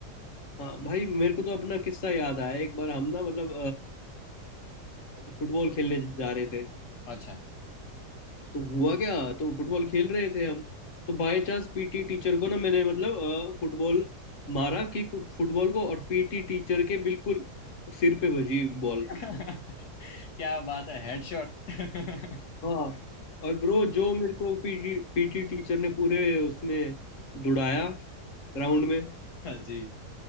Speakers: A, on the left; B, on the left.
A: हाँ भाई मेरे को तो अपना किस्सा याद आया एक बार हम ना मतलब फुटबॉल खेलने जा रहे थे
B: अच्छा
A: तो हुआ क्या तो फुटबॉल खेल रहे थे हम तो बाय चांस पीटी टीचर को ना मैंने मतलब फुटबॉल मारा कि फुटबॉल को और पीटी टीचर के बिल्कुल सिर पे बजी बॉल
B: <laughs> क्या बात है हेडशॉट <laughs>
A: हाँ और ब्रो जो मेरे को पीटी पीटी टीचर ने पूरे उसमें दुड़ाया ग्राउंड में
B: जी